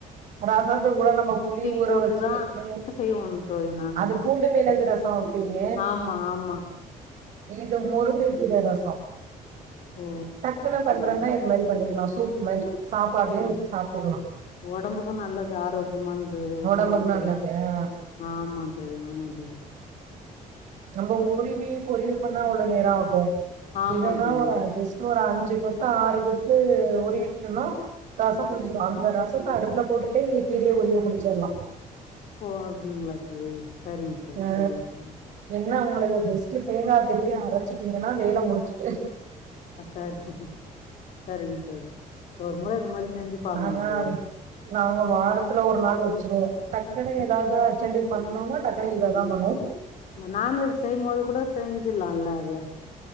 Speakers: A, on the right; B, on the left.
A: ரசத்துக் கூட நம்ப புளி ஊற
B: போட்டுதா
A: வச்சி ம்
B: செய்வோம் தோழி நாங்க
A: அது பூண்டு மிளக்கு ரஸ் ஸோ வப்பீங்க
B: ஆமா ஆமா
A: இது முருங்க கீர ரஸோ
B: ஓ
A: டக்குனு பண்றன்னா இது மாரி பண்ணிக்கலா சூப் இந்த மாரி சாப்பாட்லயு
B: ஆ
A: ஊத்தி சாப்ட்டுக்கலா
B: ஒடம்புக்கு நல்லது ஆரோக்கியமான் து
A: ஒடம்புக்கு
B: முருங்கக்கீர
A: நல்லது ஆ
B: ஆமா தோழி ஆமா தோழி
A: நம்ப உருவி பொறியல் பண்ணா அவ்ளோ நேர ஆகு
B: ஆமா
A: இதன்னா
B: தோழி
A: ஒரு அஜஸ் ஒரு அஞ்சு கொத்து ஆறு கொத்து உருவிக்கணு ரசம் முடிஞ்சிடு அந்த ரசத்த அடுப்புல போட்டுட்டே இந்த கீரைய உருவி முடிச்சிட்லா
B: ஓ அப்டிங்ளா தோழி சரிங்க தோழி
A: ஆ
B: சரிங்க தோழி
A: என்ன உங்களுக்கு ஜஸ்ட்டு தேங்கா திருவி அரச்சுட்டீங்கன்னா வேல முடிச்சுட்டு
B: ஆ சரி சரிங்க தோழி ஒரு முற இது மாரி செஞ்சு பாக்கணு
A: நாங்க
B: தோழி
A: நாங்க வாரத்துல ஒரு நாள் வச்சிருவோ டக்குனு எதாவது அர்ஜெண்டுக்கு பண்ணும்னா டக்குனு இததா பண்ணுவோ
B: நான்வெஜ் செய்யும் போது கூட செஞ்சுலால அத